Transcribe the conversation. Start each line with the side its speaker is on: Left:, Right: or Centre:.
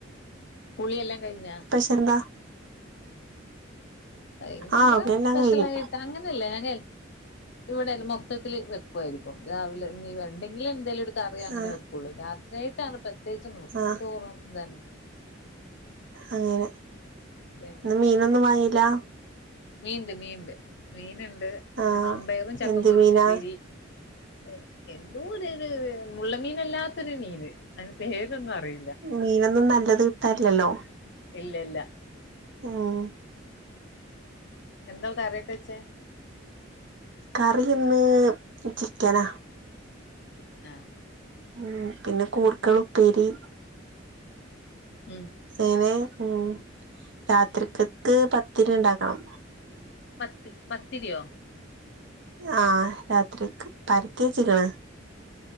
Left: കുളില്ലാം കഴിഞ്ഞാ
Right: ന്താ
Left: വൈന്നേരം
Right: ആഹ് എല്ലാം
Left: സ്പെഷ്യലായിട്ട്
Right: കഴിഞ്ഞു
Left: അങ്ങനെല്ല ഞാനെ ഇവടയിന് മൊത്തത്തില് വെക്കുവായിരിക്കും. രാവിലെ ഇനി ഇണ്ടെങ്കില് എന്തേലും ഒരു കറി അങ്ങനെ
Right: ആഹ്
Left: വെക് ക്ക്ള്ളൂ. രാത്രി ആയിട്ടാണ് പ്രത്യേകിച്ചൊന്നു വെക്കൂല.
Right: ആഹ്
Left: ചോറും ഇതന്നെ.
Right: അങ്ങനെ.
Left: പിന്നെ
Right: ഇന്ന് മീനൊന്നും വാങ്ങീല്ലാ?
Left: മീൻണ്ട് മീൻണ്ട്. മീന്ണ്ട്
Right: ആഹ്
Left: പിന്നെ മമ്പയറും ചക്കക്കുരു
Right: എന്ത് മീനാ
Left: ഉപ്പേരി ഇഹ് എന്തോ ഒരയിന്, മുള്ള് മീനല്ലാത്തൊരു മീന്. അയിന് പേരൊന്നും അറീല്ല.
Right: മീനൊന്നു നല്ലത് കിട്ടാറില്ലല്ലോ?
Left: ഇല്ലല്ല.
Right: ഊം.
Left: എന്താ കറിയൊക്കെ വെച്ചേ?
Right: കറിയിന്ന് ചിക്കനാ.
Left: ചിക്കനാ?
Right: ഉ പിന്നെ കൂർക്കൾ ഉപ്പേരി.
Left: ഉം.
Right: <unintelligible> ഉം. രാത്രിക്കക്ക് പത്തിരിണ്ടാക്കണം.
Left: പത്ത് പത്തിരിയോ?
Right: ആഹ് രാത്രിക്ക് പരത്തിച്ച്ക്ക്ണ്.